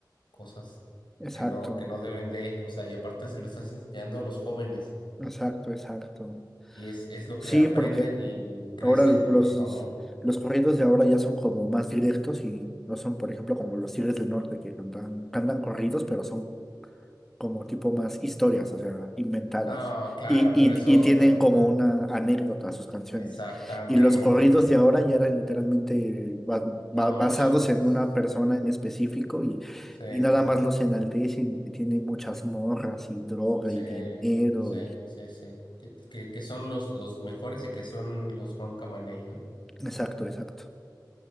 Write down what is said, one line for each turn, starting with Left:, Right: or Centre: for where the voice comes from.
Left: cosas
Centre: exacto,
Left: que no, que no deben de, o sea, y aparte se lo estás enseñando a los jóvenes
Centre: exacto, exacto.
Left: y es, es lo
Centre: Sí,
Left: que aprenden
Centre: porque
Left: y crecen
Centre: Ahora los,
Left: con eso, ¿no?
Centre: los corridos de ahora ya son como más directos y no son, por ejemplo, como los Tigres del Norte que cantan, cantan corridos, pero son como tipo más historias, o sea, inventadas.
Left: No, claro,
Centre: Y,
Left: pero
Centre: y,
Left: eso
Centre: y tienen como una anécdota a sus canciones.
Left: exactamente,
Centre: Y los corridos
Left: no.
Centre: de ahora ya eran literalmente ba- ba-
Left: No,
Centre: basados
Left: son...
Centre: en
Left: Sí,
Centre: una persona en específico y,
Left: sí,
Centre: y nada
Left: sí.
Centre: más los enaltecen y tienen muchas morras y droga
Left: Sí,
Centre: y dinero
Left: sí,
Centre: y...
Left: sí, sí. Que, que, que son los, los mejores y que son los Juan Camaney, ¿no?
Centre: Exacto, exacto.